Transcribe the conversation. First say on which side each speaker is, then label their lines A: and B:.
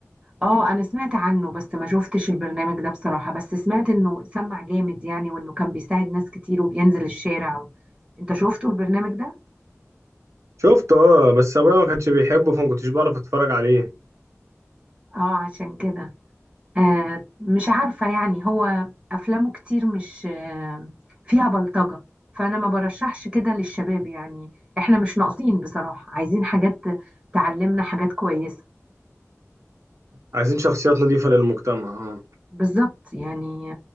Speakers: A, on the right; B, on the right.
A: اه انا سمعت عنه بس ما شفتش البرنامج ده بصراحة بس سمعت انه سمع جامد يعني وانه كان بيساعد ناس كتير وبينزل الشارع انت شفته البرنامج ده
B: شفته اه بس ابويا ما كانش بيحبه فما كنتش بعرف اتفرج عليه
A: اه عشان كده آه مش عارفة يعني هو افلامه كتير مش آه فيها بلطجة فانا ما برشحش كده للشباب يعني احنا مش ناقصين بصراحة عايزين حاجات تعلمنا حاجات كويسة
B: عايزين شخصيات نظيفة للمجتمع اه
A: بالظبط يعني